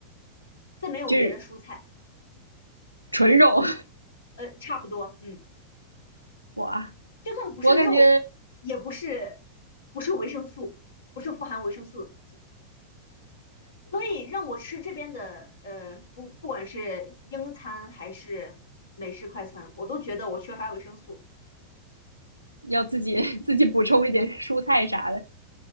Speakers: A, on the left; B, on the right.
A: 再没有别的蔬菜，
B: 就是纯肉。
A: 呃，差不多，嗯，
B: 哇，
A: 就算不是肉，
B: 我感觉
A: 也不是不是维生素，不是富含维生素的东西。所以让我吃这边的，呃，不，不管是英餐还是美式快餐，我都觉得我缺乏维生素。
B: 要自己自己补充一点蔬菜啥的，